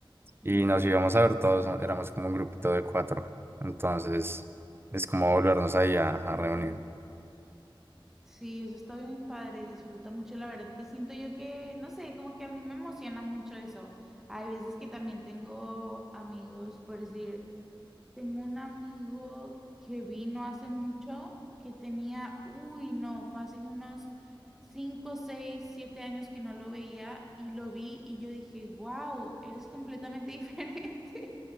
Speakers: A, in the centre; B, on the right.
A: Guau,
B: Y nos íbamos a ver todos, ¿no? éramos como un grupito de cuatro. Entonces, es como volvernos ahí a, a reunir.
A: Sí, eso está bien padre, disfruta mucho, la verdad que siento yo que, no sé, como que a mí me emociona mucho eso. Hay veces que también tengo amigos, por decir, tengo un amigo que vino hace mucho que tenía, uy, no, fácil unos 5, 6, 7 años que no lo veía y lo vi y yo dije, wow, eres completamente <laughs> diferente.